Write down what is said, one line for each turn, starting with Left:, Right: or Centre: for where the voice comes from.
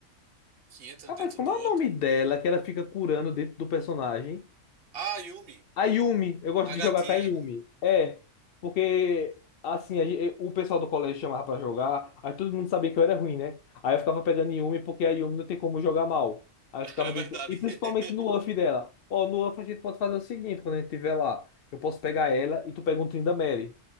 Right: Que entra
Left: Rapaz,
Right: dentro
Left: como
Right: do
Left: é
Right: outro.
Left: o nome dela? Que ela fica curando dentro do personagem.
Right: Ah, Yumi,
Left: A Yumi, eu gosto
Right: a
Left: de
Right: gatinha.
Left: jogar com a Yumi. É, porque assim, a gen- o pessoal do colégio chamava pra jogar, aí todo mundo sabia que eu era ruim, né? Aí eu ficava pegando Yumi porque a Yumi não tem como jogar mal. Aí
Right: <laughs>
Left: eu ficava
Right: É verdade.
Left: dentro, e principalmente
Right: <laughs>
Left: no UF dela. Ó, no UF a gente pode fazer o seguinte, quando a gente tiver lá, eu posso pegar ela e tu pega um Tryndamere.